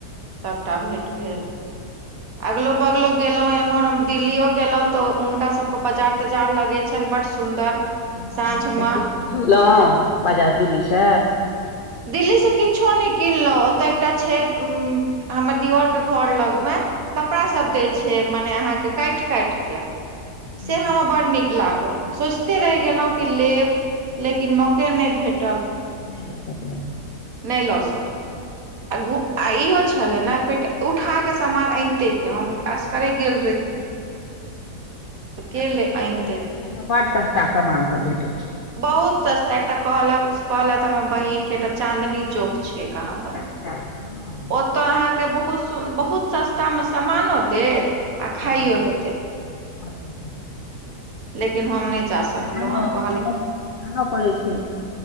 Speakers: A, on the right (about 60°); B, on the left (about 60°).
A: सबटा भेंट भेल। अगलो- बगलो गेलौ एम्हर हम दिल्लियो गेलौ तऽ हुनका सबके बजार तजार लगे छैन बड सुन्दर।
B: हँ
A: साँझ
B: तऽ
A: मे
B: कीछो किनलौ बाजार दिल्ली से
A: दिल्लीसँ किछो नै किनलौ ओतऽ एकटा छै उ हमर दियर के घर लगमे कपड़ा सब दै छै मने आहाँके काइट- काइट के
B: हँ
A: से हमरा बड़ नीक लागल सोचिते रैह गेलौ कि लेब। लेकिन मौके नै भेटल।
B: नै लऽ सकलौं।
A: नै लऽ सकलौ आ घू इहो छै। <unintelligible> न कि उठा के सामान एनतै के हम असगरे
B: <unintelligible> हँ
A: गेल रही तऽ के
B: सुनै
A: ले अनिते
B: छियै दिल्ली मे बड़ सस ता समान सब भेटै छै।
A: बहुत सस्ता एकटा कहलक कहलैथ हमर बहिन कि एकटा चाँदनी चौक छै कहाँ दन।
B: अच्छा हँ
A: ओतऽ अहाँके बहुत सु बहुत सस्ता मे सामानो देत। आ खाइयो
B: हँ
A: ले देत।
B: <unintelligible>
A: लेकिन हम नहि जा सकलहुँ आब कहली
B: आनऽ पड़ै छै।